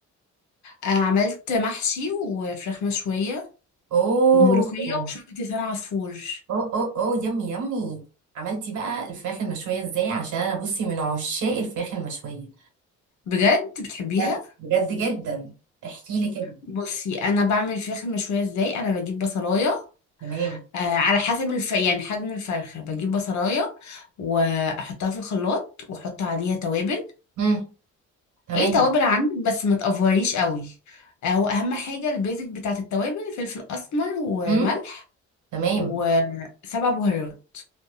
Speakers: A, on the left; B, on the right.
A: آه عملت محشي وفراخ مشويه
B: اوه
A: وملوخيه
B: اوه
A: وشوربه لسان عصفور
B: اوه اوه يمي يمي عملتي بقى الفراخ المشويه ازاي عشان انا بصي من عشاق الفراخ المشويه
A: بجد بتحبيها
B: بجد بجد جدا احكي لي كده
A: بصي انا بعمل الفراخ المشويه ازاي انا بجيب بصلايه
B: تمام
A: آه على حسب الف... يعني حجم الفرخه بجيب بصلايه واحطها في الخلاط واحط عليها توابل
B: امم تمام
A: اي توابل عندك بس ما تقفريش قوي آه، واهم حاجه البيزك بتاعت التوابل فلفل اسمر وملح
B: امم تمام
A: وسبع بهارات